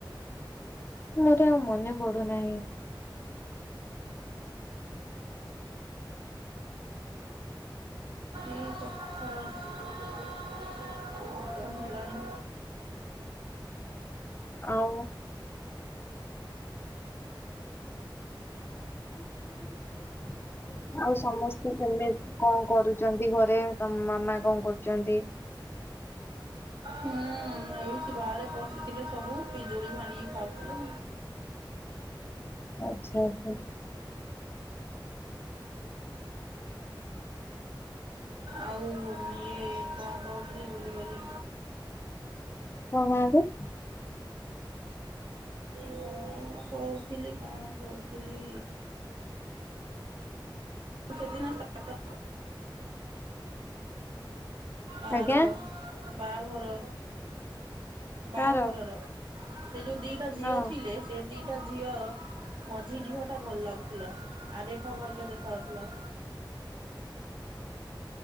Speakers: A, on the left; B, on the right.
A: ମୋର ଆଉ ମନେ ପଡୁନାହିଁ।
B: ଏହି କଥାଧ୍ୟମ ହେଲାଣି
A: ଆଉ। <unintelligible> ଆଉ ସମସ୍ତେ କେମିତି କଣ କରୁଛନ୍ତି ଘରେ ତମ ମାମା କଣ କରୁଛନ୍ତି। <inaudible>
B: ହୁଁ। କିଛି ବାହାରେ ବସିଥିଲେ ସବୁ ପିଜୁଳି ଭାଙ୍ଗିକି ଖାଉଥିଲେ।
A: ଆଚ୍ଛା ଆଚ୍ଛା।
B: ଆଉ ଇଏ କଣ କହୁଥିଲି ବୁଲିଗଲି।
A: କଁ ଗାଉଁକୁ।
B: ମୁ କହୁଥିଲି କଣ କହୁଥିଲି। ସେ ଦିନ <inaudible> ଆର
A: ଆଜ୍ଞା
B: ବାହାଘର ବାହାଘରର।
A: କାର
B: ସେ ଯୋଉ ଦିଟା ଝିଅ
A: ହଁ।
B: ଥିଲେ ସେ ଦିଟା ଝିଅ। ମଝି ଝିଅ ଟା ଭଲ ଲାଗୁଥିଲା ଆରେଫା ଭାଗା ଦେଖାଯାଉଥିଲା।
A: <inaudible>